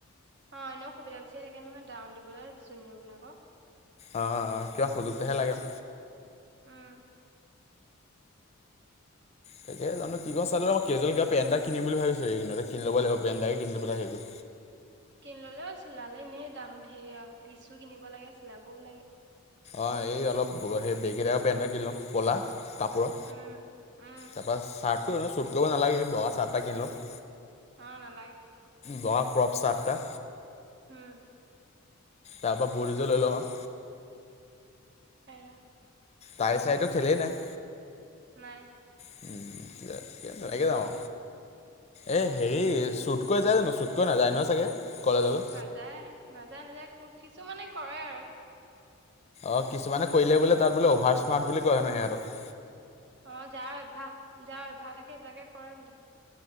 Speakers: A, on the right (about 55°); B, on the left (about 30°).
A: অ, এনেও সুবিধা বিচাৰি থাকে নহয় ডাউন দিবলৈ জুনিয়ৰবিলাকক।
B: আ কিবা সুযোগটোহে লাগে অ।
A: উম।
B: তাকে জানো কি কওঁ চাই লওঁ ৰ কেজুৱেল কে পেন এটা কিনিম বুলি ভাবিছো এইকেইদিনতে কিনি লব লাগিব পেন এটাই কিনি লব লাগে সেইযো
A: কিনি ল'লেও চিলালে এনেই দাম ঢেৰ আৰু পিছো কিনিব লাগে চিলাবও লাগে।
B: অ এই অলপ সেই বেগীটাইপ পেনটা কিনি ল'ম কলা কাপোৰ‌
A: উম উম উম
B: তাপা চাৰ্টটো এনেও ছোট কৰিব নালাগে বগা চাৰ্ট এটা কিনি লম
A: অ নালাগে।
B: বগা ক্ৰপ চাৰ্ট এটা।
A: হম।
B: তাৰ পৰা বুট এজোৰ লৈ লম আও।
A: এৰা
B: তাইৰ চাই টো খেলেই নাই।
A: নাই।
B: উম লেত কে তেতেনে যায আও। এই
A: উম
B: হেৰি চুত চুটকৈ যায় জানো? চুটকৈ নাযায় নহয় চাগে কলেজলে।
A: নাযায় নাযায় নাযায় কিছুমানে কৰে আৰু।
B: অ কিছুমানে কৰিলে বোলে তাত বোলে অভাৰ স্মাৰ্ট বুলি কয় হেনো সেহতক।
A: অ যাৰ অভ্যাস যাৰ অভ্যাস থাকে সেইবিলাকে কৰে বুলে।